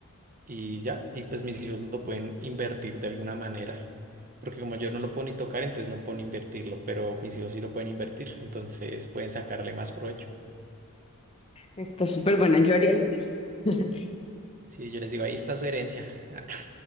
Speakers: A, on the right (about 40°); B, on the left (about 25°).
A: y ya, y pues mis hijos lo pueden invertir de alguna manera. Porque como yo no lo puedo ni tocar, entonces no puedo ni invertirlo, pero mis hijos sí lo pueden invertir, entonces pueden sacarle más provecho.
B: Está súper buena. Yo haría lo mismo. <laughs>
A: Sí, yo les digo, ahí está su herencia. <laughs>